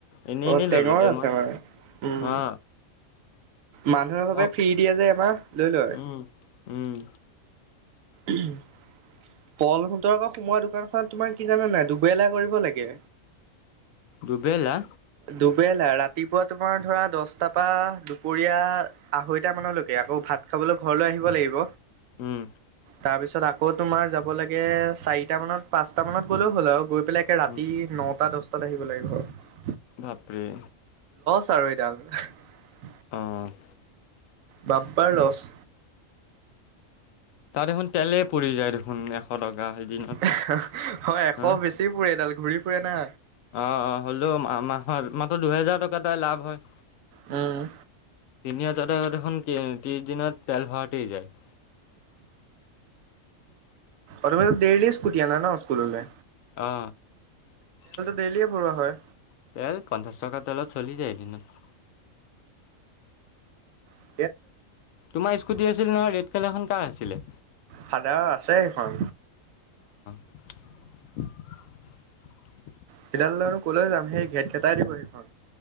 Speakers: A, on the left; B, on the right.
A: এনেই এনেই
B: অ টেঙৰ
A: ললোগে
B: আছে
A: মই
B: মানে উম।
A: অ
B: মানুহৰ
A: মই
B: ভাবে ফ্ৰী দিয়ে যে আমাক লৈ লয়।
A: উম উম।
B: উম। পল সুতৰ আকৌ সোমোৱা দোকানখনত তোমাৰ কি জানা নাই দুবেলা কৰিব লাগে।
A: দুবেলা?
B: দুবেলা ৰাতিপুৱা তোমাৰ ধৰা দচটাৰ পৰা দুপৰীয়া আঢ়ৈটা মানলৈকে। আকৌ ভাত খাবলৈ ঘৰলৈ আহিব লাগিব,
A: উম
B: তাৰপিছত আ কৌ তোমাৰ যাব লাগে চাৰিটামানত পাঁচটামানত গ'লেও হ'ল আৰু গৈ পেলাই একে ৰাতি
A: উম
B: নটা দচ টাত আহিব লাগিব।
A: বাপৰে।
B: চাৰৈডাল এহ
A: অহ ।
B: বাপা ৰচ।
A: তাৰ এখন তেলে পৰি যায়। দেখোন এশ টকা এদিনত
B: হয়, এশ
A: হা
B: বেছি পুৰে এইডাল ঘূৰি ফুৰে না।
A: অ, অ হ'লেও মা মাহত মাত্ৰ দুহেজাৰ টকা তাই লাভ হয়।
B: উম।
A: তিনি হাজাৰ টকা দেখোন তি ত্ৰিছ দিনত তেল ভৰাও তেই যায়। <inaudible>
B: আৰু তুমি দেইলি স্কুটি আনা ন স্কুললে?
A: অ, '
B: ডেইলিয়ে ভৰোৱা হয়
A: তেল পঞ্চাশ টকা তেলত চলি যায় এদিনত ।
B: উম।
A: তোমাৰ স্কুটি আছিল নহয়, ৰেড কালাৰখন কাৰ আছিলে?
B: ফাদাৰৰ আছে সেইখন
A: <inaudible>
B: সেইডাল লৈনো কলৈ যাম সেই ঘেট গেটাই দিব সেইখন।